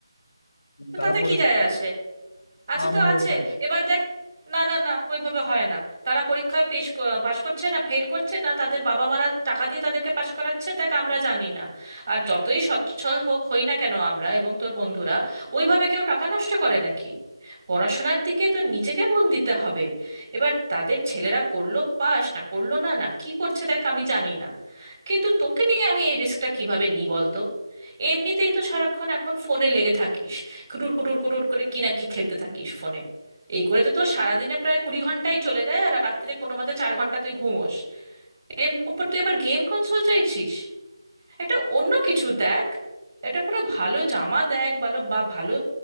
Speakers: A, on the right (about 35°); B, on the left (about 60°).
A: তো
B: তারা
A: তাতে
B: পরে
A: কি যায় আসে আছে
B: আমারও
A: তো আছে
B: চাই
A: এবার দেখ না না না ওইভাবে হয় না তারা পরীক্ষায় পেশ ক- পাশ করছে না ফেল করছে না তাদের বাবা মারা টাকা দিয়ে তাদেরকে পাশ করাচ্ছে দেখ আমরা জানি না আর যতই সচ্ছল হোক হই না কেন আমরা এবং তোর বন্ধুরা ওইভাবে কেউ টাকা নষ্ট করে নাকি পড়াশোনার দিকে তো নিজেকে মন দিতে হবে এবার তাদের ছেলেরা করলো পাশ না করলো না না কি করছে দেখ আমি জানি না কিন্তু তোকে নিয়ে আমি এই রিস্কটা কিভাবে নিই বলতো এমনিতেই তো সারাক্ষণ এখন ফোনে লেগে থাকিস কুটুর কুটুর কুটুর করে কি না কি খেলতে থাকিস ফোনে এই করে তো তোর সারাদিনে প্রায় কুড়ি ঘন্টাই চলে যায় আর রাত্রিরে কোনো মতে চার ঘন্টা তুই ঘুমোস এর উপর তুই আবার গেম কনসোল চাইছিস একটা অন্য কিছু দেখ এটা করে ভালো জামা দেখ ভালো বা ভালো